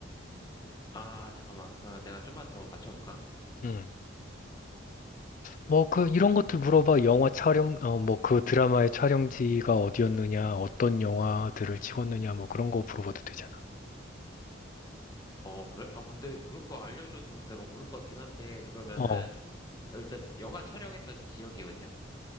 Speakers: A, on the left; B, on the left.
A: 아 잠깐만. 그, 내가 좀만 더 맞춰볼까?
B: 응. 뭐, 그, 이런 것들 물어봐. 영화 촬영, 어, 뭐, 그 드라마의 촬영지가 어디였느냐, 어떤 영화들을 찍었느냐, 뭐, 그런 거 물어봐도 되잖아.
A: 어 그래? 어 근데 그럴 거 알려줘도 내가 모를 것 같긴 한데 그러면은
B: 어,
A: 일단 영화 촬영했던 지역이 어디야?